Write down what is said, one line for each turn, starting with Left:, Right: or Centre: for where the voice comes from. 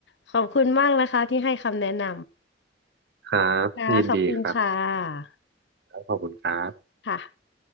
Left: ขอบคุณมากนะคะที่ให้คำแนะน
Right: ครับยินดีครับ
Left: ำค่ะขอบคุณค่ะ
Right: ขอบคุณครับ
Left: ค่ะ